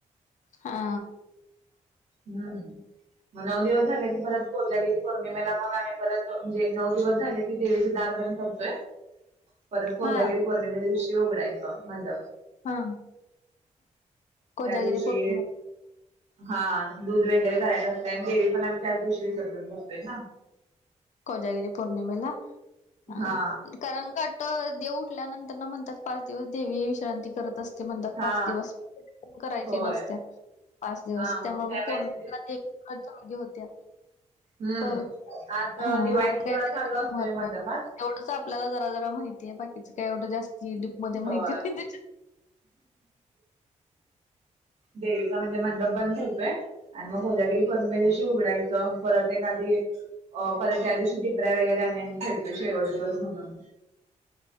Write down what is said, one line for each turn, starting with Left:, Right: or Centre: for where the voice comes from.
Left: हा.
Right: हम्म. मग नऊ दिवस झाले की, परत कोजागिरी पौर्णिमेला मग आम्ही परत म्हणजे नऊ दिवस झाले की देवीच दार बंद करतोय. परत कोजागिरी
Left: हा
Right: पौर्णिमे दिवशी उघडायचं मंडप.
Left: हा. कोजागिरी
Right: त्या दिवशी
Left: पोर्णी
Right: हा दूध वगैरे करायचं असतंय आणि देवी पण आम्ही त्याच दिवशी विसर्जन करतोय ना.
Left: कोजागिरी पौर्णिमेला अ
Right: हा
Left: कारण कट देव उठल्यानंतर ना म्हणतात पाच दिवस देवी विश्रांती करत अस ते म्हणतात
Right: हा
Left: पाच दिवस <unintelligible> करायची
Right: होय
Left: नसत्या पाच दिवस.
Right: हा
Left: त्यामुळे
Right: त्यावेेळेस
Left: मग पौर्णिमा
Right: म्हणजे
Left: ते <unintelligible> जागे होत्या.
Right: हम्म.
Left: परत
Right: आत
Left: हा
Right: दिवाळीत
Left: असं काहीतरी
Right: तेवढा चालू
Left: त्याच
Right: असतोय
Left: महत्व
Right: मंडपात.
Left: आहे बघ तेवढंच आपल्याला जरा जरा माहितीये. बाकीचं काय एवढं जास्ती डिपमध्ये माहिती
Right: होय.
Left: नाही त्याच्यात.
Right: देवीचा म्हणजे मंडप बंद होतोय. आणि मग कोजागिरी पौर्णिमे दिवशी उघडायचं. परत एखादी अ परत त्या दिवशी टिपऱ्या वगैरे आम्ही आणि खेळतोय शेवट दिवस म्हणून.